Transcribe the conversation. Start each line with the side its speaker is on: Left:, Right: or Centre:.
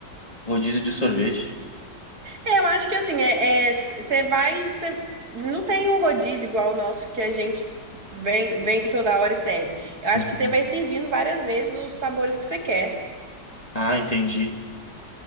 Left: Rodízio de sorvete.
Right: É, eu acho que assim, é, você vai. Cê, não tem o rodízio igual o nosso que a gente vem, vem toda hora e serve. Eu acho
Left: Entendi.
Right: que você vai servindo várias vezes os sabores que você quer.
Left: Ah, entendi.